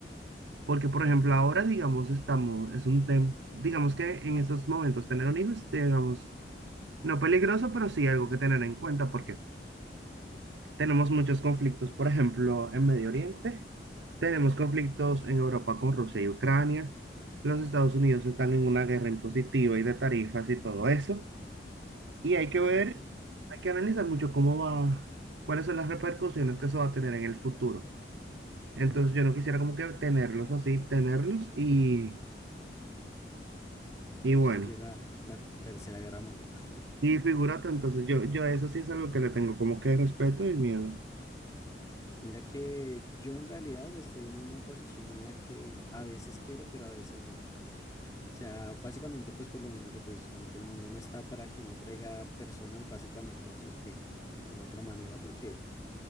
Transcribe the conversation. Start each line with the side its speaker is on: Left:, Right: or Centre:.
Right: Porque, por ejemplo, ahora, digamos, estamos, es un tema, digamos que en estos momentos tener un hijo es, digamos, No peligroso, pero sí algo que tener en cuenta porque tenemos muchos conflictos, por ejemplo, en Medio Oriente, tenemos conflictos en Europa con Rusia y Ucrania, los Estados Unidos están en una guerra impositiva y de tarifas y todo eso, y hay que ver,
Left: Ujú.
Right: hay que analizar mucho cómo va, cuáles son las repercusiones que eso va a tener en el futuro. Entonces yo no quisiera como que tenerlos así, tenerlos y, y
Left: Justo
Right: bueno,
Left: llega la Tercera Guerra Mundial. <laughs>
Right: y figúrate, entonces yo, yo eso sí es algo que le tengo como que respeto y miedo.
Left: Mira que yo en realidad estoy en una posición en la que a veces quiero, pero a veces no. O sea, básicamente pues por lo mismo que tú dices, como que el mundo no está para que uno traiga personas básicamente a sufrir de alguna otra manera, porque,